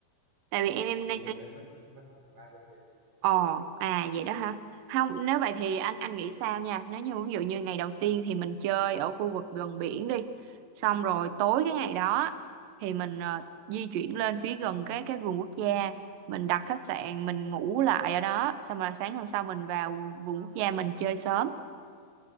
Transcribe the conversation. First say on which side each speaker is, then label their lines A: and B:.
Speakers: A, on the right; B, on the right.
A: Tại vì em em
B: mình
A: đang
B: đi lên đấy mất mất khoảng ba bốn tiếng đấy.
A: Ồ, à vậy đó hả? Không, nếu vậy thì anh
B: Ừ.
A: anh nghĩ sao nha? Nếu như ví dụ như ngày đầu tiên thì mình chơi ở khu vực gần biển đi. Xong rồi tối cái ngày đó thì mình ờ, di chuyển lên phía gần cái cái vườn quốc gia, mình đặt khách sạn, mình ngủ lại ở đó, xong rồi sáng hôm sau mình vào vườn quốc gia mình chơi sớm.